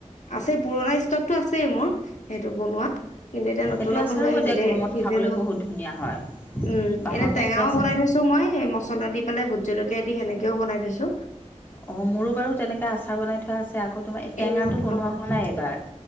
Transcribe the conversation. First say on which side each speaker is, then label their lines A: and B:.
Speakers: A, on the left; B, on the left.
A: আছে পুৰণা ষ্টকতটো আছে। আচে মোৰ। সেইটো বনোৱা কিন্তু এতিয়া নতুন
B: সেইটো
A: আকৌ
B: আচাৰো
A: লৈ আহিব এতিয়া
B: গৰমত
A: চিজেন
B: খাবলৈ
A: নো।
B: বহুত ধুনীয়া হয়
A: উম
B: বাঁহৰ
A: এনে
B: গাজটো
A: টেঙাও
B: আচাৰটো
A: বনাই থৈছো মই মছলা দি। পালে ভোট জলকীয়া দি হেনেকেও বনাই থৈছো।
B: অ মোৰো বাৰু তেনেকে আচাৰ বনাই থোৱা আছে। আকৌ তোমাৰ এই টেঙাটো
A: এনেও
B: বনোৱা
A: অ
B: হোৱা নাই এইবাৰ